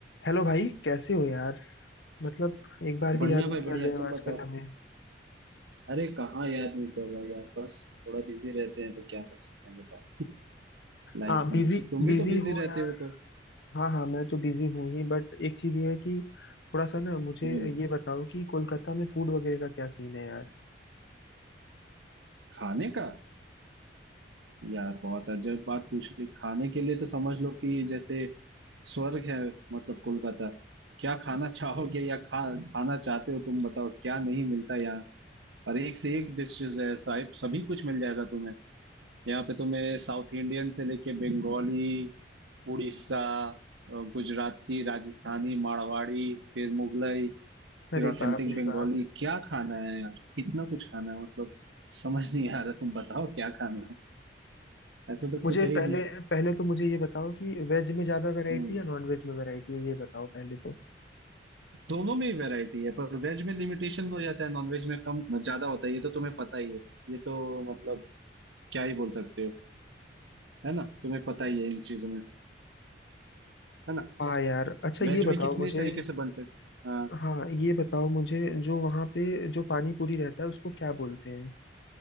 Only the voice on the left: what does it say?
Hello भाई कैसे हो यार मतलब एक बार भी
याद नहीं
कर रहे हो
आजकल
हमें
हाँ बिजी
बिजी
हो
यार
हाँ हाँ मैं तो बिजी हूँ ही बट एक चीज ये है कि थोड़ा सा ना मुझे
ये बताओ कि कोलकाता में फूड वगैरह का क्या सीन है यार
अरे
बाप रे
बाप
मुझे
पहले
पहले तो मुझे ये बताओ कि वेज में ज्यादा वैरायटी
या नॉन वेज में वैरायटी है ये बताओ पहले तो
हाँ यार अच्छा ये
बताओ
मुझे
हाँ ये बताओ मुझे जो वहाँ पे जो पानी पूरी रहता है उसको क्या बोलते हैं